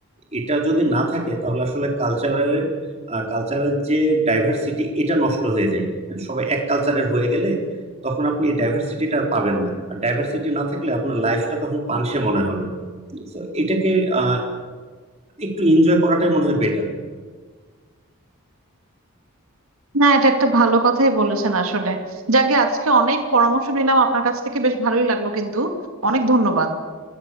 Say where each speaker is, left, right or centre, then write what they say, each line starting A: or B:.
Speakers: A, on the right (about 30°); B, on the right (about 80°).
A: এটা যদি না থাকে তাহলে আসলে কালচারের কালচারের যে ডাইভার্সিটি এটা নষ্ট হয়ে যায় সবাই এক কালচারের হয়ে গেলে তখন আপনি এই ডাইভার্সিটিটা আর পাবেন না আর ডাইভার্সিটি না থাকলে আপনার লাইফটা তখন পানসে মনে হবে তো এটাকে আহ, একটু এনজয় করাটাই মনে হয় বেটার
B: না এটা একটা ভালো কথাই বলেছেন আসলে যাকে আজকে অনেক পরামর্শ নিলাম আপনার কাছ থেকে বেশ ভালোই লাগলো কিন্তু অনেক ধন্যবাদ